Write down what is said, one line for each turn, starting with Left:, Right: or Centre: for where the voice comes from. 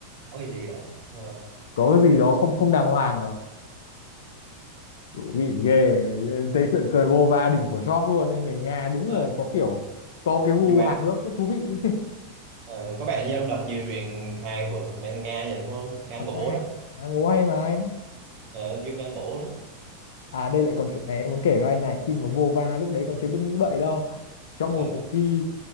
Right: có cái gì đó Ờ,
Left: <laughs> có cái gì đó không không đàng hoàng rồi bị ghê thấy chuyện cười vô va đỉnh của chóp luôn nên người Nga đúng
Right: ờ,
Left: là có kiểu có cái gu
Right: nhưng mà
Left: hài hước rất thú vị <laughs>
Right: Ờ, có vẻ như ông đọc nhiều truyện hài của thằng mấy thằng Nga vậy đúng không? Nga
Left: Ờ,
Right: ngổ
Left: Nga
Right: đó,
Left: em Nga ngố hay mà anh
Right: ờ, kêu Nga ngổ đó.
Left: à đây lại còn chuyện này em muốn kể với anh này khi mà vô va lúc đấy còn chưa biết nghĩ bậy đâu trong một
Right: Ờ.
Left: cuộc thi